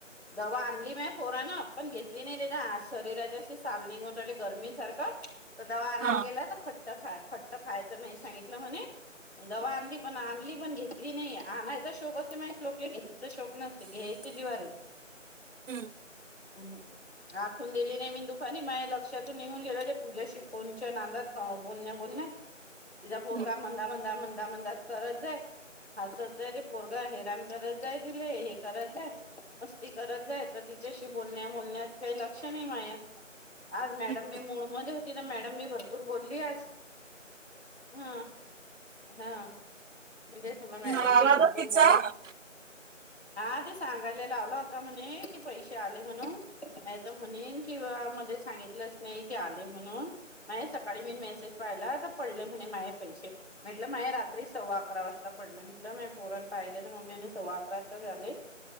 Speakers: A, on the left; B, on the right.
A: दवा आणली माही पोरान पण घेतली नाही त्याच्या शरीराच्या अशी साल निघून राहिले गरमी सारखं तर दवा आणायला
B: हा
A: गेला तर खट्ट खा खट्ट खायचं नाही सांगितलं म्हणे दवा आणली पण आणली पण घेतली नाही आणायचा शोक <unintelligible> घ्यायचा शोक नसते घ्यायचे जीवावर येते
B: हम्म
A: ह आठवण दिली नाही मी दुपारी माझ लक्षातून निघून गेल पूजाशी फोनच्या नादात हा बोलण्या बोलण्यात तिचा पोरगा
B: हम्म,
A: म्हणंदा म्हंदा म्हणंदा म्हण करत जाय हसत जाय ते पोर हैरान करत जाय हे करायत जाय मस्ती करत जाय तर तिच्याशी बोलण्या बोलण्यात काही लक्ष नाही माय आज मॅडम
B: हम्म,
A: मी मूडमध्ये होती तर मॅडम बी भरपूर बोलली आज हा हा म्हणजे चला मॅडम
B: मला
A: बी
B: आला
A: भरपूर
B: तर तिचा
A: बोल
B: हा,
A: <inaudible> हा ते सांगायला लावला होता म्हणे कि पैसे आले म्हणून नाही तर म्हणेन किंवा मध्येच सांगितलंच नाही की आले म्हणून माय सकाळी मी मेसेज पाहिला तर पडले म्हणे माये पैसे म्हटलं माये रात्री सव्वा अकरा वाजता पडले म्हटलं मॅडम पोरानं पाहिले तर मम्मी म्हणे सव्वा अकरा वाजता झाले